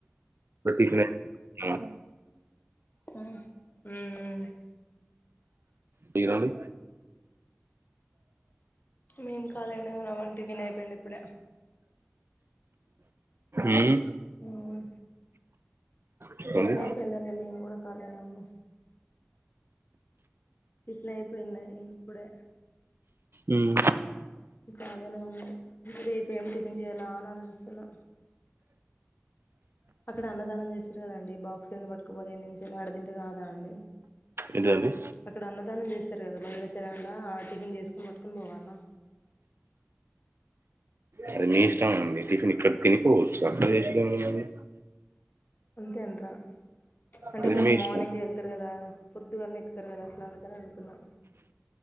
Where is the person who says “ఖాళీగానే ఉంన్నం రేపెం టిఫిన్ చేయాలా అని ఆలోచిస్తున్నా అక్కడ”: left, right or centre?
Left